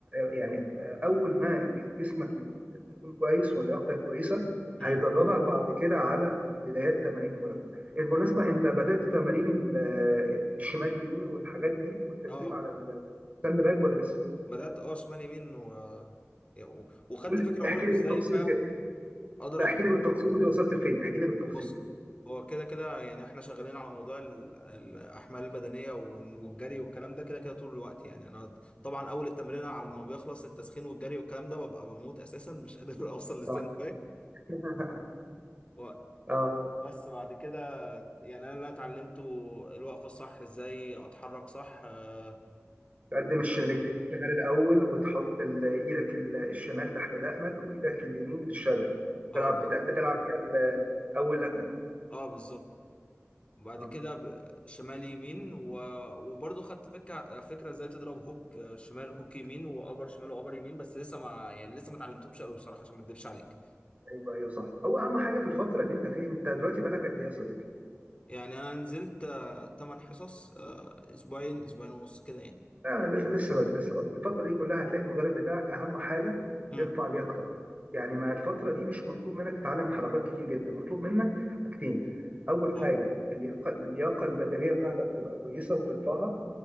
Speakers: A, on the right; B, on the left.
A: يعني آه، اول ما ج- جسمك ي- تبقى يكون كويس ولياقتك كويسه
B: امم
A: هيدربك بعد كده على بدايات تمارين الملاكمه بالمناسبه انت بدات تمارين ال- آه، الشمال يمين والحاجات دي والتدريب
B: اه
A: على الساند باج ولا لسه
B: بدأت اه شمال يمين و... و- وخدت
A: قول
B: فكرة
A: احكي
B: برضو
A: لي
B: ازاي
A: بالتفصيل
B: فاهم
A: كده
B: اضرب
A: لا احكي لي بالتفصيل قول لي وصلت لفين احكي لي بالتفصيل
B: بص
A: كده
B: هو كده كده يعني احنا شغالين على موضوع ال- الاحمال البدنيه وال- والجري والكلام ده كده كده طول الوقت يعني انا طبعا اول التمرين على ما بيخلص التسخين والجري والكلام ده ببقى بموت اساسا مش قادر <laughs> اوصل للساند
A: صح
B: باك
A: <laughs>
B: و-
A: اه
B: بس بعد كده يعني انا اللي اتعلمته الوقفه الصح ازاي اتحرك صح اه
A: تقدم الش- رجليك الشمال الاول وتحط ال- ايدك ال- الشمال تحت دقنك وايدك اليمين للشادو
B: اه
A: بتلعب بت- بتلعب فيها ال- اول لكمه
B: اه بالظبط وبعد
A: اه
B: كده ب- شمال يمين و... وبرضه خدت فكره فكره ازاي تضرب هوك آه، شمال هوك يمين وابر شمال وابر يمين بس لسه ما يعني لسه ما اتعلمتهمش قوي بصراحه عشان ما اكدبش عليك
A: ايوه ايوه صح هو اهم حاجه في الفتره اللي انت فيها انت دلوقتي بقالك قد ايه يا صديقي؟
B: يعني انا نزلت 8 حصص آه، اسبوعين اسبوعين ونص كده يعني
A: لا لسه لسه بدري لسه بدري الفتره دي كلها هتلاقي المدرب بتاعك اهم حاجه
B: امم
A: يرفع لياقتك يعني ما الفتره دي مش مطلوب منك تتعلم حركات كتير جدا مطلوب منك حاجتين اول
B: اه
A: حاجه اللياقه اللياقه البدنيه بتاعتك تبقى كويسه وترفعها